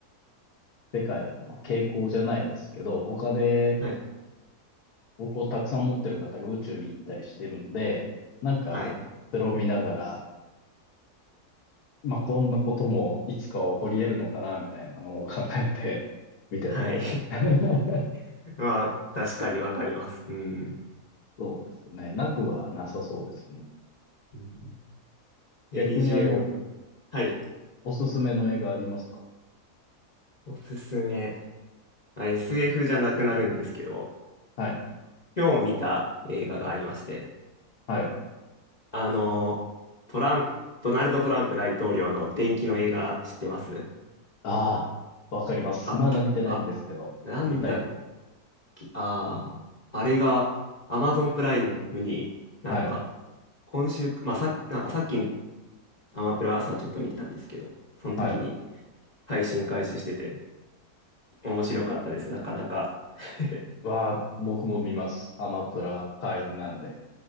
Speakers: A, on the left; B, on the left.
A: 世界の、まあ、傾向じゃないですけど、お金
B: はい。
A: をこうたくさん持ってる方が宇宙に行ったりしてるんで、なんか、
B: はい。
A: それを見ながら、まあ、こんなこともいつかは起こり得るのかな、みたいなのを考えて <laughs> 見てます。
B: はい。
A: <laughs>
B: <laughs> まあ、確かにわかります。うん。
A: そうですね。なくはなさそうですよね。
B: うんエリジウム。
A: 逆にあの、
B: はい。
A: おすすめの映画ありますか
B: おすすめ。まあ SF じゃなくなるんですけど、
A: はい。
B: 今日見た映画がありまして、
A: はい。
B: あの、トラン、ドナルド・トランプ大統領の伝記の映画知ってます
A: ああ、わかります。
B: あ、
A: まだ見てないんですけど、
B: あ、なんだっ
A: 見たい。
B: け、あああれが Amazon プライムになんか、
A: はい。
B: 今週、まあ、さ、なんかさっきみアマプラ朝ちょっと見てたんですけど、その時に
A: はい。
B: 配信開始してて、面白かったです、なかなか。<laughs>
A: わあ、僕も見ます。アマプラ会員なんで。